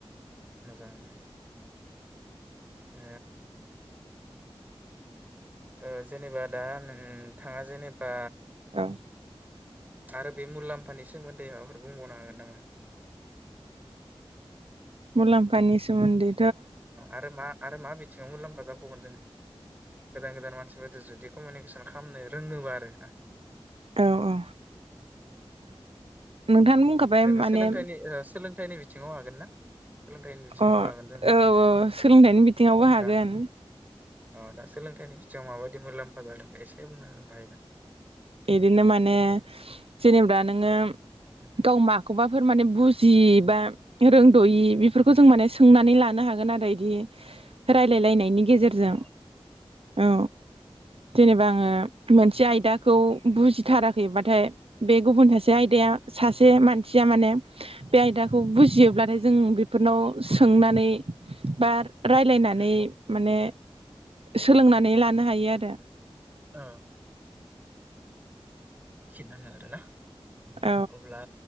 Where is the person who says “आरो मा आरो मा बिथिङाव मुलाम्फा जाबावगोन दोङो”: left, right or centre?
Right